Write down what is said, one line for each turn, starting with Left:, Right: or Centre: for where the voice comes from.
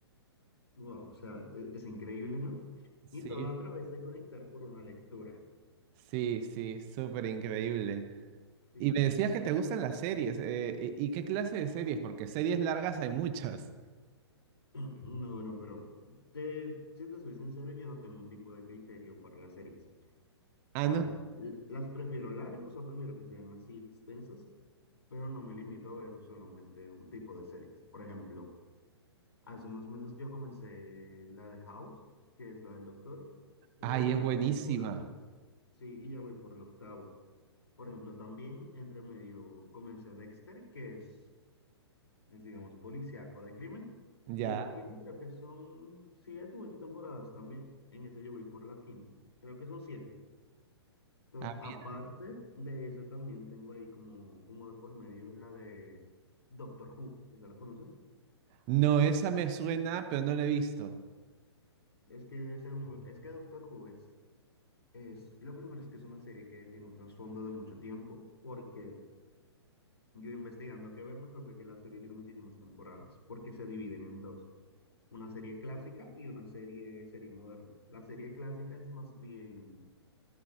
Left: Wow, o sea, e- es, increíble, ¿no?
Right: Sí,
Left: Y todo a través de conectar por una lectura.
Right: sí, sí, súper increíble.
Left: Sí.
Right: Y me decías que te gustan las series. eh, ¿y y qué clase de series? Porque series largas hay muchas.
Left: <clears throat> No, bueno, pero te, si te soy sincero, yo no tengo un tipo de criterio para las series.
Right: Ah,
Left: O
Right: no.
Left: sea, l- las prefiero largas, o sea, prefiero que sean así extensas, pero no me limito a ver solamente un tipo de series. Por ejemplo, hace unos meses yo comencé la de House, que es la del doctor. Esa
Right: Ay,
Left: tiene
Right: es buenísima.
Left: ocho temporadas. Sí, y ya voy por la octava. Por ejemplo, también entre medio comencé Dexter, que es, es, digamos, policíaco de crimen,
Right: Ya.
Left: y esa tiene, creo que son siete u ocho temporadas también. En esa yo voy por la quinta, creo que son siete. Entonces,
Right: Ah,
Left: aparte
Right: mira.
Left: de eso, también tengo ahí como, como de por medio la de Doctor Who, ¿esa la conoces?
Right: No, esa me suena, pero no la he visto.
Left: Es que, según, es que Doctor Who es, es, lo primero es que es una serie que tiene un trasfondo de mucho tiempo, porque Yo investigando que ver me encontré que la serie tiene muchísimas temporadas, porque se dividen en dos, una serie clásica y una serie, serie moderna. La serie clásica es más bien